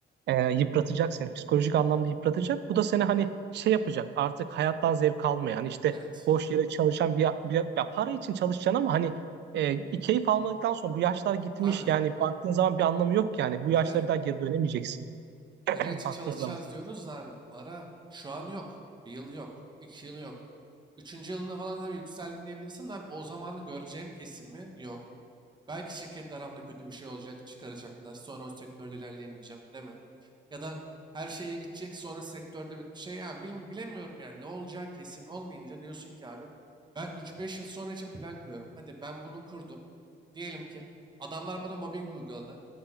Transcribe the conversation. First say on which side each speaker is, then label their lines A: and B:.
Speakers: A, on the right; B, on the right.
A: e, yıpratacak seni. Psikolojik anlamda yıpratacak. Bu da seni hani şey yapacak. Artık hayattan zevk almayan, işte
B: Evet.
A: boş yere çalışan bir, bir ya para için çalışacaksın ama hani e, keyif almadıktan sonra bu yaşlar gitmiş.
B: Abi
A: Yani baktığın zaman bir anlamı yok ki yani. Bu yaşlara
B: bir de
A: bir daha geri dönemeyeceksin.
B: para
A: <laughs>
B: için
A: Baktığın
B: çalışacağız
A: zaman.
B: diyoruz da abi. Para şu an yok. Bir yıl yok. iki yıl yok. Üçüncü yılına falan tabii yükseldin diyebilirsin de abi o zamanı göreceğim kesimi yok. Belki şirketle aramda kötü bir şey olacak, çıkaracaklar. Sonra o sektörde ilerleyemeyeceğim, değil mi? Ya da her şey iyi gidecek, sonra sektörde bir şey ya bil- bilemiyorum yani ne olacağı kesin olmayınca diyorsun ki abi ben üç beş yıl sonra için plan kuruyorum. Hadi ben bunu kurdum. Diyelim ki adamlar bana mobbing uyguladı.